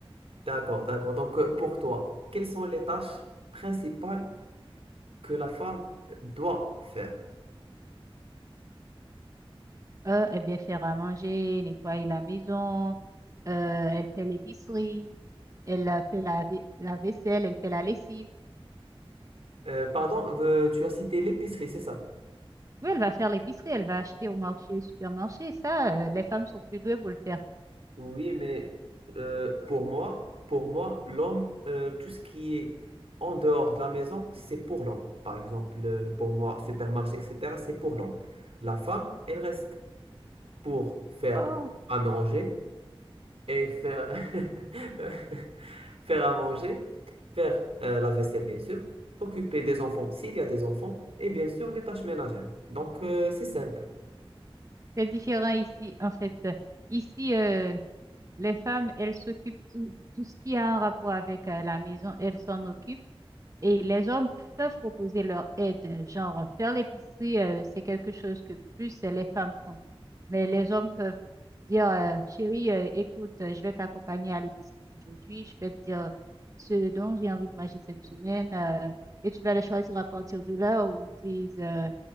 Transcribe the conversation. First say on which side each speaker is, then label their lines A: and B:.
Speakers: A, on the right (about 85°); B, on the right (about 35°).
A: D'accord, d'accord. Donc euh, pour toi, quelles sont les tâches principales que la femme doit faire?
B: Eux, eh bien, faire à manger, nettoyer la maison, euh, elle fait l'épicerie, elle euh, fait la, vai- la vaisselle, elle fait la lessive.
A: Euh, pardon, euh, tu as cité l'épicerie, c'est ça?
B: Oui, elle va faire l'épicerie, elle va acheter au marché, supermarché. Ça, euh, les femmes sont plus douées pour le faire.
A: Oui, mais Euh, pour moi, pour moi, l'homme, euh, tout ce qui est en dehors de la maison, c'est pour l'homme. Par exemple, euh, pour moi, supermarché, etc., c'est pour l'homme. La femme, elle reste pour faire
B: Oh,
A: à manger et faire, <laughs> faire à manger, faire euh, la vaisselle, bien sûr, s'occuper des enfants s'il y a des enfants, et bien sûr, les tâches ménagères. Donc, euh, c'est simple.
B: c'est différent ici, en fait. Ici, euh, les femmes, elles s'occupent tout, tout ce qui a un rapport avec euh, la maison, elles s'en occupent. Et les hommes peuvent proposer leur aide, genre faire l'épicerie, euh, c'est quelque chose que plus les femmes font. Mais les hommes peuvent dire, euh, chérie, euh, écoute, euh, je vais t'accompagner à l'épicerie aujourd'hui, je vais te dire euh, ce dont j'ai envie de manger cette semaine, euh, et tu vas les choisir à partir de là où ils disent, euh,